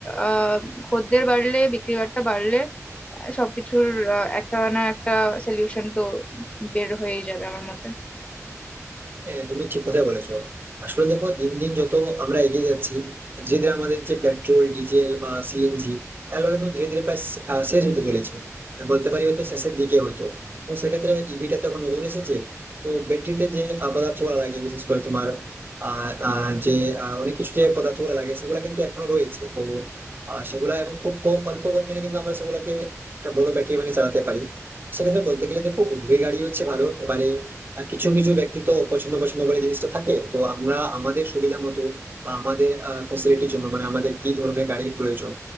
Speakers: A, on the left (about 25°); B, on the right (about 40°).
A: আহ খদ্দের বাড়লে বিক্রি বাট্টা বাড়লে আহ, সবকিছুর আহ, একটা না একটা সলিউশন তো বের হয়েই যাবে আমার মতে
B: হ্যাঁ তুমি ঠিক কথাই বলেছো আসলে দেখো দিন দিন যত আমরা এগিয়ে যাচ্ছি ধীরে ধীরে আমাদের যে পেট্রোল ডিজেল বা সিএনজি এগুলো কিন্তু ধীরে ধীরে প্রায় শে- আহ, শেষ হতে চলেছে আমি বলতে পারি হয়তো শেষের দিকে হতো তো সেক্ষেত্রে ইভিটা তখন নতুন এসেছে তো ব্যাটারিতে যে পদার্থ গুলো লাগে বিশেষ করে তোমার আহ আহ, যে আহ, অনেক কিছু যে পদার্থ গুলো লাগে সেগুলো কিন্তু এখনো রয়েছে তো আহ, সেগুলা এবং খুব কম অল্প পরিমাণে কিন্তু আমরা সেগুলাকে একটা বড় ব্যাটারি মানে চালাতে পারি সেক্ষেত্রে বলতে গেলে দেখো উভয় গাড়ি হচ্ছে ভালো মানে আর কিছু কিছু ব্যক্তি তো পছন্দ পছন্দ করে জিনিসটা থাকে তো আমরা আমাদের সুবিধা মতো বা আমাদের ফ্যাসিলিটির জন্য মানে আমাদের কি ধরনের গাড়ির প্রয়োজন